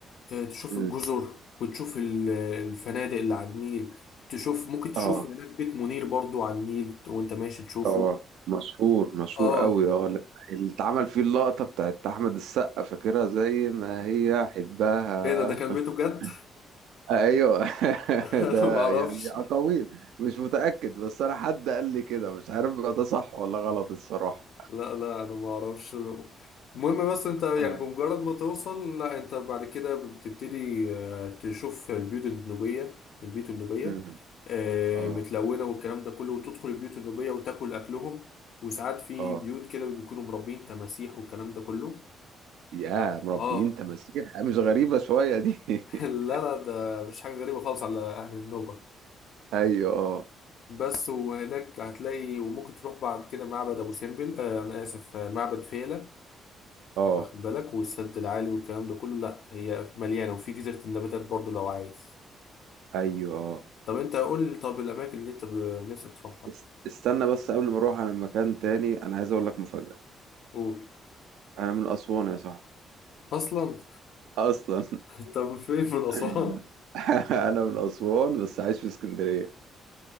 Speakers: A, on the left; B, on the right.
A: آه، تشوف
B: مم.
A: الجزر وتشوف ال- الفنادق اللي على النيل تشوف ممكن تشوف
B: آه
A: هناك بيت منير برضو على النيل وانت ماشي تشوفه
B: اه مشهور مشهور
A: اه
B: قوي اه اللي اللي اتعمل فيه اللقطة بتاعت أحمد السقا فاكرها زي ما هي حبها
A: ايه ده ده كان
B: <laughs>
A: بيته بجد
B: ايوه <laughs>
A: <laughs> انا
B: ده
A: ما اعرفش
B: يعني اقاويل مش متأكد بس انا حد قال لي كده مش عارف بقى ده صح ولا غلط الصراحة
A: لا لا انا ما اعرفش المهم بس انت يعني
B: اه
A: بمجرد ما توصل لا انت بعد كده بتبتدي آه، تشوف البيوت النوبية البيوت النوبية
B: أمم.
A: آه،
B: اه
A: متلونة والكلام ده كله وتدخل البيوت النوبية وتاكل اكلهم وساعات في
B: اه
A: بيوت كده بيكونوا مربين تماسيح والكلام ده كله
B: يا مربيين
A: اه
B: تماسيح مش غريبة شوية دي <laughs>
A: <laughs> لا لا ده مش حاجة غريبة خالص على اهل النوبة
B: ايوه اه
A: بس وهناك هتلاقي وممكن تروح بعد كده معبد ابو سمبل آه، انا اسف آه، معبد فيلة
B: اه
A: واخد بالك والسد العالي والكلام ده كله لا هي مليانه وفي جزيره النباتات برضو لو عايز
B: ايوه اه
A: طب انت قول لي طب الاماكن اللي انت ب- نفسك تروحها
B: است- استنى بس قبل ما اروح على مكان تاني انا عايز اقول لك مفاجأة
A: قول
B: انا من اسوان يا صاحبي
A: اصلا
B: اصلا
A: <laughs> طب فين من اسوان
B: <laughs> انا من اسوان بس عايش في اسكندريه